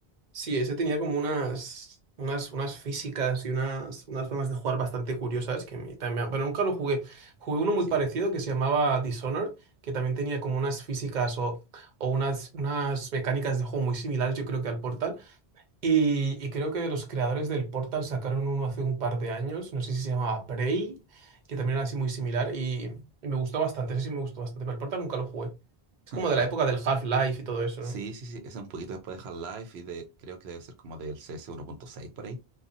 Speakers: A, on the right; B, on the right.
A: sí, ese tenía como unas, unas, unas físicas y unas, unas formas de jugar bastante curiosas que me, también, pero nunca lo jugué. Jugué uno muy
B: Sí.
A: parecido que se llamaba Dishonored, que también tenía como unas físicas o, o unas, unas mecánicas de juego muy similares, yo creo que al Portal. Y, y creo que de los creadores del Portal sacaron uno hace un par de años, no sé si se llamaba Prey, que también era así muy similar y, y me gustó bastante, ese sí me gustó bastante, pero el Portal nunca lo jugué. Es
B: <laughs>
A: como de
B: Claro.
A: la época del Half-Life y todo eso,
B: Sí,
A: ¿no?
B: sí, sí. Ese Es un poquito después de Half-Life y de, creo que debe ser como del CS 1.6 por ahí.